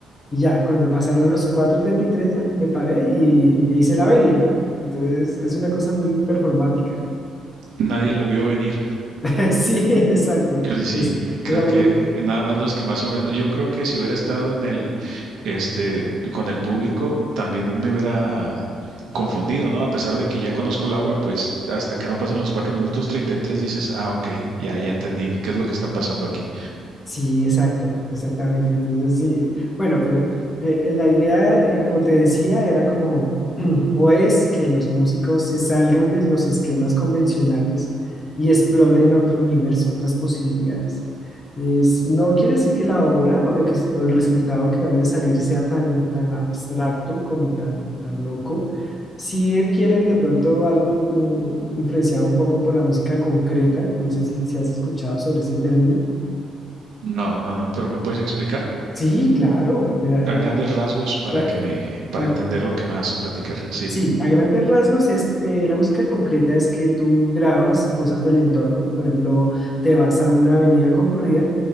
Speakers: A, on the left; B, on the right.
A: Y ya, cuando pasaron los cuatro treinta y tres ya me paré y, e hice la venia. Entonces, es una cosa muy performática.
B: Nadie lo vio venir.
A: <laughs> sí, exacto.
B: Sí,
A: Es,
B: creo
A: es algo
B: que nada más los que más o menos, yo creo que si hubiera estado en el, este, con el público, también me hubiera confundido, ¿no? A pesar de que ya conozco la obra, pues hasta que no pasan los 4 minutos 33 dices, ah, ok, ya, ya entendí, ¿qué es lo que está pasando aquí?
A: Sí, exacto, exactamente. Entonces, sí, bueno, pero eh, eh, la idea, eh, como te decía, era como, <clears throat> o es que los músicos se salgan de los esquemas convencionales y exploren otro universo, otras posibilidades. Es- no quiere decir que la obra o, lo que, s- o el resultado que vaya a salir sea tan, tan abstracto como tan, tan loco. Si quieren de pronto algo mm, influenciado un poco por la música concreta, no sé si, si has escuchado sobre ese término
B: No, no, no, pero ¿me puedes explicar
A: Sí, claro. Eh,
B: a grandes rasgos para
A: eh,
B: que me,
A: a-
B: para
A: a- eh,
B: entender lo que me vas a platicar? Sí.
A: sí, a grandes rasgos es eh, la música concreta es que tú grabas cosas del entorno. Por ejemplo, te vas a una avenida concurrida